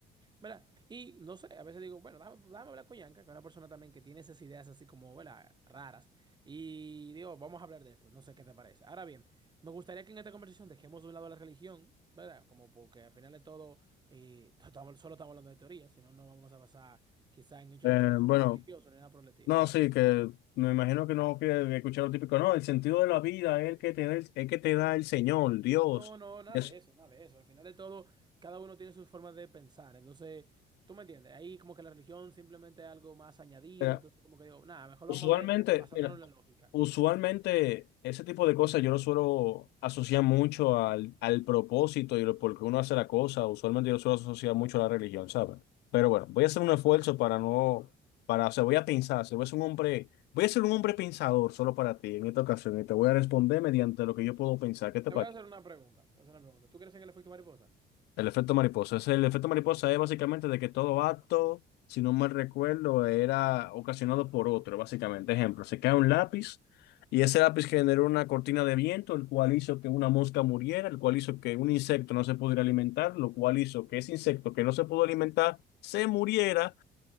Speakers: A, on the right (about 25°); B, on the left (about 80°).
A: ¿verdad? Y no sé, a veces digo, bueno, déjame, déjame hablar con Yanka, que es una persona también que tiene esas ideas así como, ¿verdad? Raras. Y digo, vamos a hablar de esto, no sé qué te parece. Ahora bien, me gustaría que en esta conversación dejemos de un lado la religión, ¿verdad? Como porque al final de todo, eh, <laughs> estamos- solo estamos hablando de teoría, si no, no vamos a basar quizá en hechos
B: Eh,
A: de conocimiento
B: bueno,
A: religioso ni nada por el estilo.
B: no, sí, que me imagino que no quieres escuchar lo típico, no, el sentido de la vida es el que te da el, es que te da el Señor, Dios.
A: No, no, nada
B: Es-
A: de eso, nada de eso. Al final de todo, cada uno tiene sus formas de pensar. Entonces, tú me entiendes, ahí como que la religión simplemente es algo más añadido.
B: eh,
A: Entonces, como que digo, nada, mejor vamos
B: Usualmente,
A: a ver, dale, basándonos
B: mira,
A: en la lógica.
B: usualmente ese tipo de cosas yo lo suelo asociar mucho al, al propósito y lo, por qué uno hace la cosa. Usualmente yo lo suelo asociar mucho a la religión, ¿sabes? Pero bueno, voy a hacer un esfuerzo para no, para, o sea, voy a pensar, se voy a ser un hombre, voy a ser un hombre pensador solo para ti en esta ocasión y te voy a responder mediante lo que yo puedo pensar. ¿Qué te
A: Te
B: parece?
A: voy a hacer una pregunta, te voy a hacer una pregunta. ¿Tú crees en el efecto mariposa?
B: El efecto mariposa. Es el efecto mariposa es básicamente de que todo acto, si no mal recuerdo, era ocasionado por otro, básicamente. Ejemplo, se cae un lápiz y ese lápiz generó una cortina de viento, el cual hizo que una mosca muriera, el cual hizo que un insecto no se pudiera alimentar, lo cual hizo que ese insecto que no se pudo alimentar se muriera